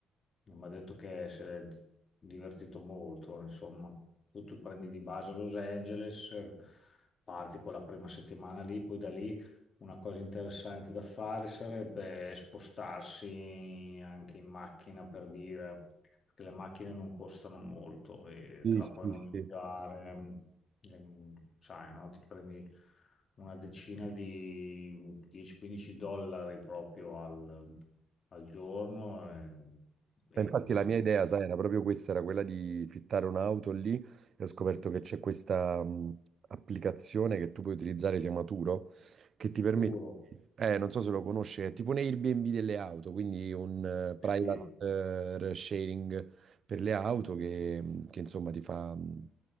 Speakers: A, on the left (about 45°); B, on the right (about 50°).
A: Mi ha detto che si è divertito molto, insomma. Tu ti prendi di base a Los Angeles, eh, parti con la prima settimana lì, poi da lì una cosa interessante da fare sarebbe spostarsi anche in macchina per dire che le macchine non costano molto e
B: Sì,
A: te la
B: sì,
A: puoi noleggiare,
B: sì.
A: mm, ehm, sai, no? Ti prendi una decina di 10-15 dollari proprio al, al giorno. eh,
B: Ma Infatti
A: il
B: la
A: tuo
B: mia idea, sai, era proprio questa, era quella di fittare un'auto lì e ho scoperto che c'è questa mh, applicazione che tu puoi utilizzare, si chiama Turo, che ti permette,
A: puro.
B: eh, non so se lo conosci, è tipo un Airbnb delle auto, quindi un eh, private
A: Sì.
B: eh, sharing per le auto che, mhmm, che, insomma ti fa, mhmm,